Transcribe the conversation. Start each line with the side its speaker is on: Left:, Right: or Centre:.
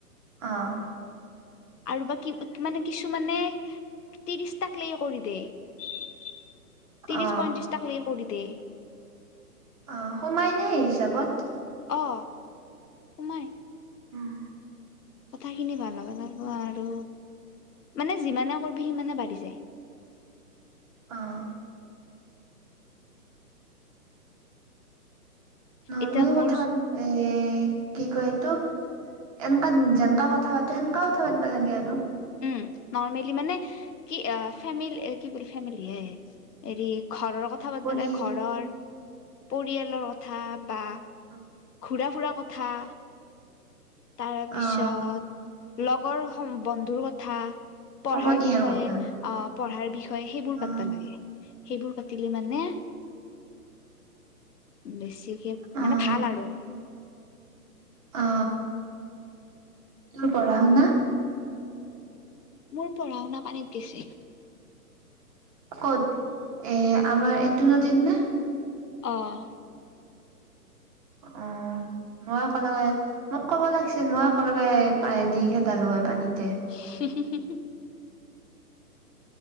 Right: অ'!
Left: আৰু বাকী মানে, কিছুমানে ত্ৰিশটাক লৈ কৰি দেই। ত্ৰিছ,
Right: অ
Left: পঁয়তিশ টাক লেকে কৰি দিয়ে।
Right: অ সোমাইনে সেই হিচাপত
Left: অ সোমাই
Right: উম
Left: কথাখিনি ভাল হ'ব লাগব আৰু মানে যিমানে কৰিবি সিমানে বাঢ়ি যায়।
Right: অহ নৰ্মেল
Left: এতিয়া মোৰ
Right: কথা এ এ কি কয় এইটো এনেকা যেনেকা কথা পাতো সেনেকাও কথা পাতিবা লাগে আৰু
Left: উ নৰ্মেলি মানে কি অ ফেমেল কি বুলি ফেমিলি এ হেৰি ঘৰৰ কথা পতিব
Right: কৰি
Left: লাগে ঘৰৰ পৰিয়ালৰ কথা বা
Right: অ
Left: ঘুৰা ফুৰা কথা থা তাৰ পিছত
Right: অ',
Left: লগৰ বন্ধুৰ কথা পঢ়াৰ
Right: সমনীয়াৰ
Left: বিষয়ে
Right: কথা
Left: অ পঢ়াৰ বিষয় সেইবোৰ
Right: অ',
Left: পাতবা লাগে সেইবোৰ পাতিলি মানে বেছি কে
Right: অ',
Left: মানে ভাল আৰু
Right: অ তোৰ পঢ়া শুনা
Left: মোৰ পঢ়া শুনা পানীত গেছে।
Right: ক'ত এ আমাৰ এইটো নদীত নে?
Left: অঁ
Right: অ মই একেলগে মোক কব লাগিছিল মই একেলগে দি ঘেতালো হয় পানীত।
Left: হু হু হু